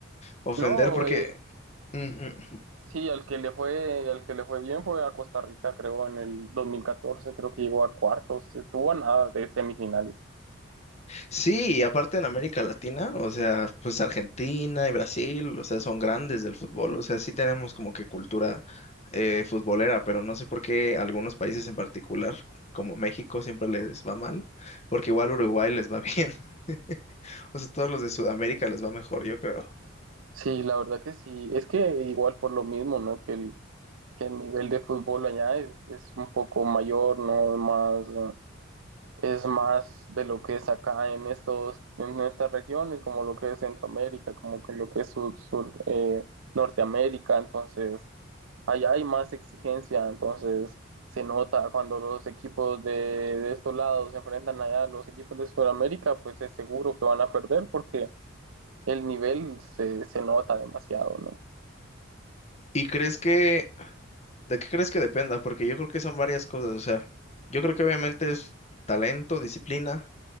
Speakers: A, on the left; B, on the right.
A: ofender,
B: No,
A: porque
B: eh,
A: Ujú.
B: sí, al que le fue, al que le fue bien fue a Costa Rica, creo, en el 2014, creo que llegó a cuartos, estuvo a nada de semifinales.
A: Sí, y aparte en América Latina, o sea, pues Argentina y Brasil, o sea, son grandes del fútbol, o sea, sí tenemos como que cultura eh, futbolera, pero no sé por qué algunos países en particular, como México, siempre les va mal, porque igual Uruguay les va bien, <laughs> o sea, todos los de Sudamérica les va mejor, yo creo.
B: Sí, la verdad que sí. Es que igual por lo mismo, ¿no? Que el, que el nivel de fútbol allá es, es un poco mayor, ¿no? Más, eh, es más de lo que es acá en estos, en estas regiones, como lo que es Centroamérica, como que lo que es sur, sur, eh, Norteamérica, entonces. allá hay más exigencia, entonces se nota cuando los equipos de, de estos lados se enfrentan allá a los equipos de Sudamérica, pues es seguro que van a perder porque el nivel se, se nota demasiado, ¿no?
A: ¿Y crees que, de qué crees que dependa? Porque yo creo que son varias cosas, o sea, yo creo que obviamente es talento, disciplina.